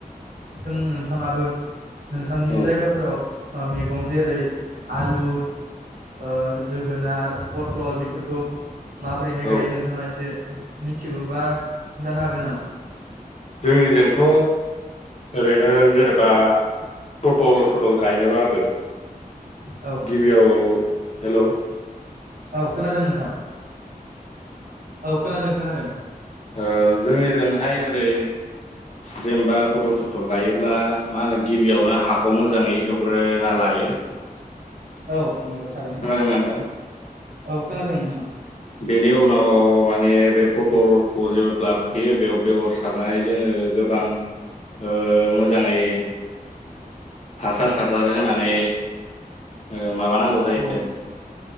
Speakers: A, on the right; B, on the left.
A: जों नोंथाङाबो नोंथांनि
B: औ
A: जायगाफोराव मैगं जेरै आलु ओ जोगोनार पटल बेफोरखौ माबोरैहाय गायो
B: औ
A: नोंथाङा एसे मिथिगौबा खोनन्थानो हागोन नामा?
B: जोंनिजोंथ' ओरैनो जेनेबा पटल सटल गायनोबाबो
A: औ
B: गिबियाव हेल'
A: औ खोनादों नोंथां। औ खोनादों खोनादों।
B: ओ जोंनिजोंहाय ओरै जेनेबा पथल सथल गायोब्ला मा होनो गिबियावनो हाखौ मोजाङै एवग्रोना लायो।
A: औ नंगौ। थारैनो
B: खोनादोंना नोंथां
A: औ खोनादों नोंथां।
B: बेनि उनाव माने बे पटलखौ जेब्ला फैयो बेयाव बेगर सारनानै जोङो गोबां ओ मोजाङै हासार सासार होनानै ओ माबा नांगौ जायो
A: औ